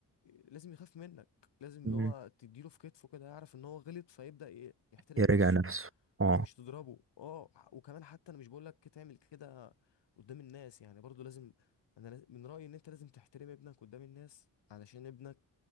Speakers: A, on the left (about 85°); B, on the right (about 30°).
A: لازم يخاف منك لازم
B: مم.
A: اللي هو تديله في كتفه كده يعرف ان هو غلط فيبدأ ي- يحترم
B: يراجع
A: نفسه
B: نفسه اه
A: انت مش تضربه اه وكمان حتى انا مش بقول لك تعمل كده قدام الناس يعني برضو لازم انا لاز- من رأيي ان انت لازم تحترم ابنك قدام الناس علشان ابنك